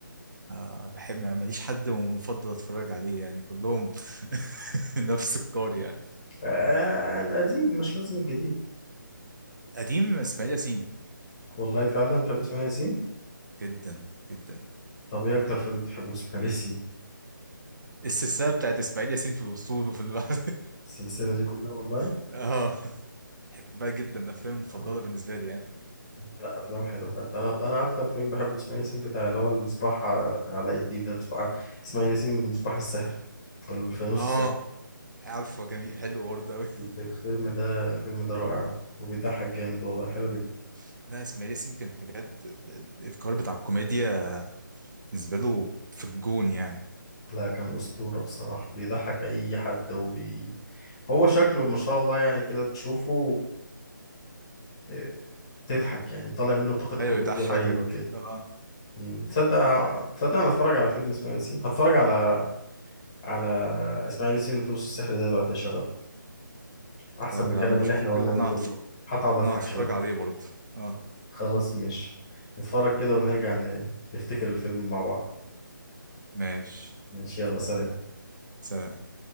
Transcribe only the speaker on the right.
آه بحب ما- ماليش حد مفضل اتفرج عليه يعني كلهم <laughs> نفس القار يعني
قديم اسماعيل ياسين
جدا جدا
السلسله بتاعت اسماعيل ياسين في الاسطول وفي البحر
<laughs> اه بحبها جدا من افلامي المفضله
بالنسبه لي يعني
اه
عارفه جميل حلو برضه قوي
<laughs> لا اسماعيل ياسين كان بجد ال- ال- القار بتاع الكوميديا بالنسبه له في الجون يعني
ايوه
يضحكك
اه
طب
يا عم
شوفوا
كده
وانا
هتفرج
وانا
هتفرج
عليه برضه اه
ماشي
سلام